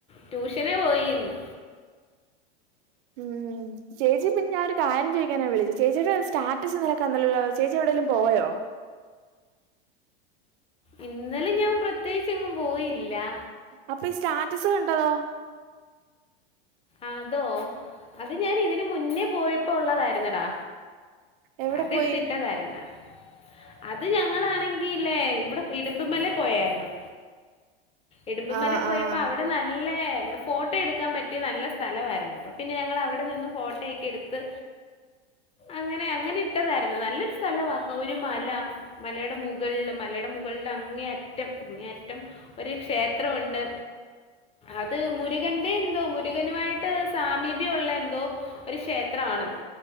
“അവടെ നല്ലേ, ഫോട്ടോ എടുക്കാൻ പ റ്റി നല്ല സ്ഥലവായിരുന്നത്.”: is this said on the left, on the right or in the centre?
Left